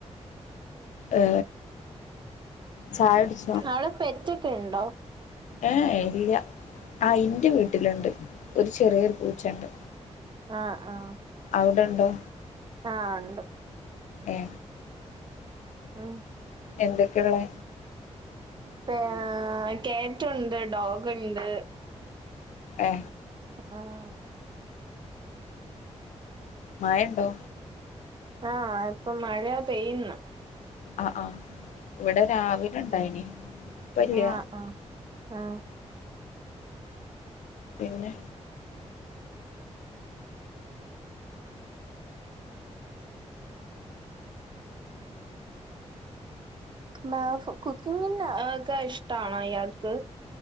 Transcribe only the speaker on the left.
ഏ ചായ കുടിച്ചോ
ഏ ഇല്ല ആ ഇറെ വീട്ടിലുണ്ട് ഒരു ചെറിയൊരു പൂച്ചുണ്ട്
അവിടെണ്ടോ
ഏ
എന്തൊക്കെയുള്ള
എ
മഴയുണ്ടോ
ആഹ ആഹ ഇവിടെ രാവിലെ ഇണ്ടായിനി ഇപ്പല്ല
പിന്നെ